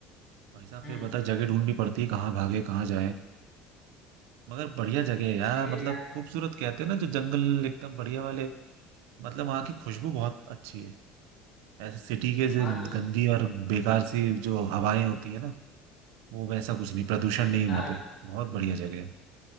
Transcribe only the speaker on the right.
भाई साहब
फिर बता जगह ढूंढनी पड़ती है कहाँ भागे कहाँ जाए मगर बढ़िया जगह है यार
मतलब
खूबसूरत कहते हैं ना जो जंगल एकदम बढ़िया वाले मतलब वहाँ की खुशबू बहुत अच्छी है ऐसे सिटी के जो
गंदी और बेकार सी जो हवाएं होती है ना वो वैसा कुछ नहीं प्रदूषण
नहीं वहाँ पे बहुत बढ़िया जगह है